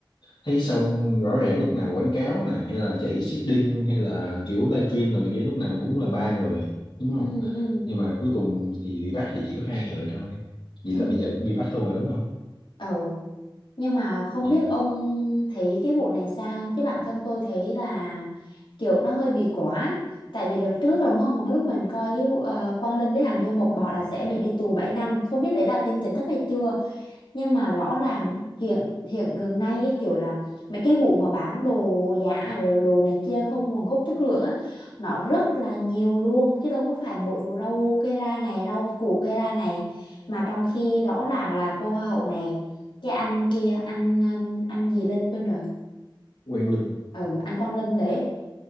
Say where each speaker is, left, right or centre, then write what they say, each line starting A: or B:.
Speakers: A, on the left; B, on the left.
A: thấy xong rõ ràng lúc nào quảng cáo nè hay là chạy seeding hay là kiểu livestream rồi này kia lúc nào cũng là ba người đúng không?
B: ừ ừ
A: Nhưng mà cuối cùng thì bị bắt thì chỉ có hai người thôi. Vậy
B: ừ
A: là bây giờ cũng bị bắt luôn rồi đúng không?
B: ừ Nhưng mà không
A: Vì
B: biết ông thấy cái vụ này sao chứ bản thân tôi thấy là kiểu nó hơi bị quá tại vì đợt trước đúng không lúc mình coi cái vụ ờ, Quang Linh với hàng Du Mục bảo là sẽ bị đi tù bảy năm không biết đấy là tin chính thức hay chưa nhưng mà rõ ràng hiện hiện gần nay ấy, kiểu là mấy cái vụ mà bán đồ giả à, rồi đồ này kia không nguồn gốc chất lượng á nó rất là nhiều luôn chứ đâu có phải mỗi vụ rau kê ra này rau củ kê ra này mà trong khi rõ ràng là cô hoa hậu này cái anh kia anh um, anh gì Linh quên rồi
A: Quang Linh.
B: ừ anh Quang Linh đấy